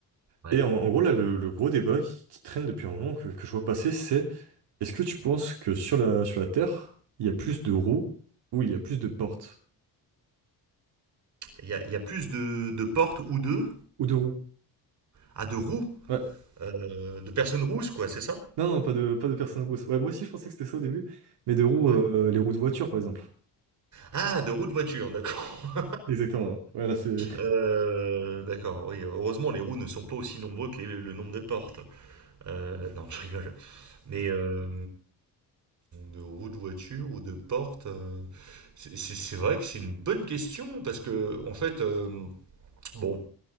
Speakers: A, on the right; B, on the right.
A: Ouais.
B: Et en, en gros, là, le, le gros débat qui, qui traîne depuis un moment, que, que je vois passer, c'est est-ce que tu penses que sur la, sur la Terre, il y a plus de roues ou il y a plus de portes?
A: Il y a, il y a plus de, de portes ou de...
B: Ou de roues?
A: Ah, de roues,
B: Ouais.
A: euh, de personnes rousses quoi, c'est ça?
B: Non, non, pas de, pas de personnes en rousse. Ouais, moi aussi, je pensais que c'était ça au début, mais de roues,
A: Ouais.
B: euh, les roues de voiture, par exemple.
A: Ah, de roues de voiture, d'accord. <laughs>
B: Exactement. Voilà, c'est.
A: Euh, d'accord, oui, heureusement les roues ne sont pas aussi nombreux que les- le nombre de portes. Euh, non, je rigole. Mais euh, de roues de voiture ou de portes, euh, c'est c'est- c'est vrai que c'est une bonne question parce que en fait, euh, bon.